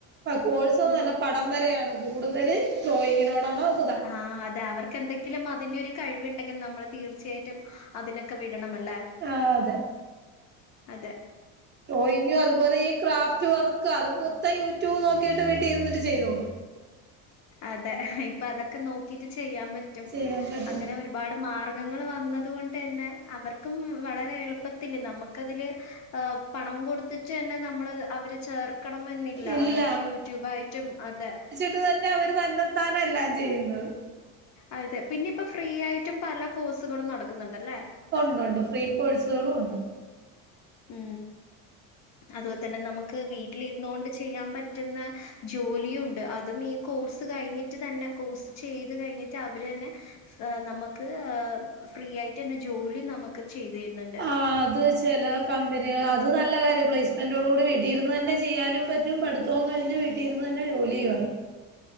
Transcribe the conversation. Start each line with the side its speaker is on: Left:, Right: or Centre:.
Right: ആ കോഴ്സിനു
Left: ഉം
Right: നല്ല പടം ഇന്നലെയാണ് കൂടുതലെ ഡ്രോയിങ്ങിനോടാണവൾ
Left: ആ അതാ അവർക്കെന്തെങ്കിലും ഒരിക്കലും അതിന്റെരു കഴിവ്ണ്ടെങ്കിൽ നമ്മൾ തീർച്ചയായിട്ടും അതിനൊക്കെ വിടണ മല്ലേ
Right: അ അതെ
Left: അതെ
Right: ഡ്രോയിങ്ങ് അതുപോലെ ഈ ക്രാഫ്റ്റ് വർക്ക് അത് മൊത്തം യൂട്യൂബ് നോക്കീട്ട് വീട്ടിരുന്നിട്ട് ചെയ്തോളും
Left: അതെ ഇപ്പ അതൊക്കെ നോക്കീട്ട് ചെയ്യാൻ പറ്റും
Right: ചെയ്യാൻ പറ്റും
Left: അങ്ങനെ ഒരുപാട് മാർക്ക് മൃഗങ്ങളു വന്നത് കൊണ്ടന്നെ അവർക്കുംമ് വളരെ എളുപ്പത്തിലെ നമുക്കതിലെ ആ പണം കൊടുത്തിട്ട് തന്നെ നമ്മളെ അവരെ ചേർക്ക് ക്കണമെന്നില്ല
Right: ഇല്ല
Left: അവർക്ക് യൂട്യൂബാ യിട്ടും അത്
Right: തു തന്നെ അവർ തന്നെത്താനെല്ലാം ചെയ്യുന്നത്
Left: അതെ പിന്നെ ഇപ്പം ഫ്രീ ആയിട്ടും പല കോഴ്സുകളും നടക്കുന്നുണ്ടല്ലേ
Right: ഒണ്ടൊണ്ട് ഫ്രീ കോഴ്സുകളും ഒണ്ട്
Left: ഉം അതോലതന്നെ നമുക്ക് വീട്ടിലിരുന്നുകൊണ്ട് ചെയ്യാൻ പറ്റുന്ന ജോലിയും ഉണ്ട് അതും ഈ കോഴ്സ് കഴിഞ്ഞിട്ട് സ്റ്റ് തന്നെ കോഴ്സ് ചെയ്ത് കഴിഞ്ഞിട്ട് അവരു തന്നെ സെ നമ്മ്ക്ക് ഇതേ ഫ്രീ ആയിട്ടന്നെ ജോലി നമുക്ക് ചെയ്തെരുന്നുണ്ട്
Right: ആ അത് ചെല കമ്പനി അത് നല്ല കാര്യാ പ്ലേസ്മെന്റ് ൻ്റോട്കൂടി വീട്ടിരുന്ന് തന്നെ ചെയ്യാനും പറ്റും പഠിത്തവും കഴിഞ്ഞ് വീട്ടിൽ ഇരുന്ന് തന്നെ ജോലീം ആയി